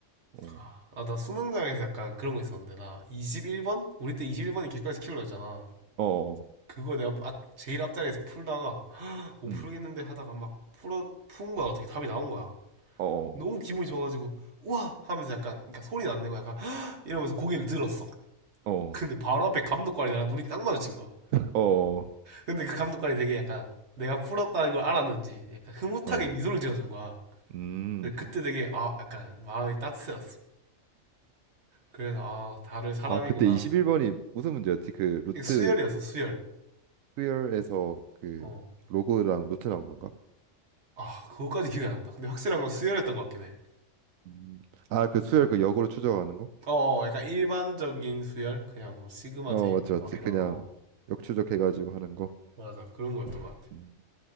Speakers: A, on the right; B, on the right.
A: 어,
B: 아, 아, 나 수능장에서 약간 그런 거 있었는데. 나 21번? 우리 때 21번이 객관식 킬러였잖아.
A: 어, 어,
B: 그거 내가 앞- 제일 앞자리에서 풀다가, 못
A: 음,
B: 풀겠는데 하다가 막 풀어, 푼 거야. 어떻게 답이 나온 거야.
A: 어, 어,
B: 너무 기분이 좋아가지고, 우와! 하면서 약간, 그러니까 소리는 안 내고 약간, 헉! 이러면서 고개를 들었어.
A: 어,
B: 근데
A: 어,
B: 바로 앞에 감독관이 나랑 눈이 딱 마주친 거야.
A: 어, 어,
B: 근데 그 감독관이 되게 약간 내가 풀었다는 걸 알았는지 약간 흐뭇하게
A: 어.
B: 미소를 지어준 거야.
A: 음.
B: 근데 그때 되게 아 약간 마음이 따뜻해졌어. 그래서 아 다른 사람이구나.
A: 아, 그때 21번이 무슨 문제였지? 그 루트
B: 이게 수열이었어 수열.
A: 수열에서 그
B: 어.
A: 로고랑 루트 나온 건가?
B: 아 그거까지 기억이 안 난다. 근데 확실한 건 수열이었던 것 같긴 해.
A: 음, 아, 그
B: 음.
A: 수열 그 역으로 추적하는 거?
B: 어, 어, 약간 일반적인 수열 그냥 뭐 시그마
A: 어,
B: 돼 있고
A: 맞지, 맞지.
B: 막 이런
A: 그냥
B: 어
A: 역추적해가지고 하는 거.
B: 맞아 그런 거였던 것 같아.
A: 음.